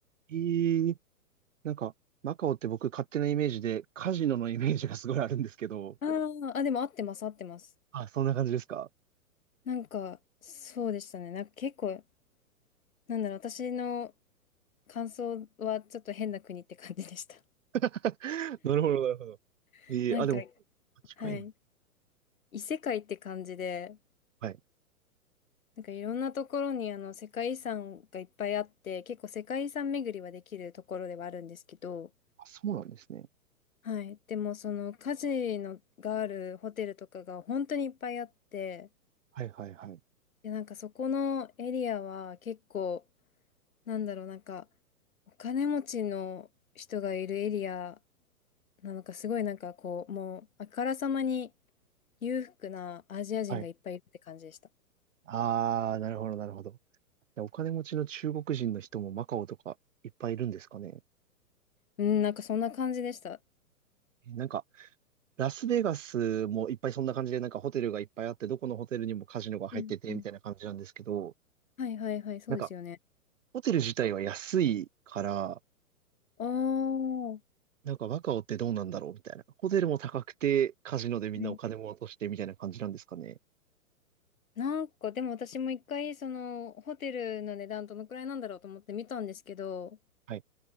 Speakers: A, on the right; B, on the left.
A: えー、なんか、マカオって僕勝手なイメージでカジノのイメージがすごいあるんですけど。
B: あーあ、でも合ってます、合ってます。
A: あ、そんな感じですか
B: なんかそうでしたね。なんか結構なんだろう、私の感想はちょっと変な国って感じでした。
A: <laughs> なるほど、なるほど。
B: <laughs>
A: えー、
B: なんか、
A: あ、でも、近いね。
B: はい。異世界って感じで、
A: はい。
B: なんかいろんなところにあの世界遺産がいっぱいあって、結構世界遺産巡りはできるところではあるんですけど、
A: あ、そうなんですね。
B: はい。でもそのカジノがあるホテルとかが本当にいっぱいあって、
A: はいはいはい。
B: で、なんかそこのエリアは結構、なんだろう、なんかお金持ちの人がいるエリアなのか、すごいなんかこう、もうあからさまに裕福なアジア人がいっぱいいるって感じでした。
A: はい。あー、なるほど、なるほど。でお金持ちの中国人の人もマカオとかいっぱいいるんですかね。
B: うん、なんかそんな感じでした。
A: えなんか、ラスベガスもいっぱいそんな感じで、なんかホテルがいっぱいあって、どこのホテルにもカジノが入ってて、
B: うんうん。
A: みたいな感じなんですけど、
B: はいはいはい、そうですよね。
A: なんかホテル自体は安いから、
B: ああ、は
A: なんかワカオってどうなんだろうみたいな。ホテルも高くて、カジノでみんなお金も落としてみたいな感じなんですかね。
B: い。なんかでも私も一回そのホテルの値段どのくらいなんだろうと思って見たんですけど、
A: はい。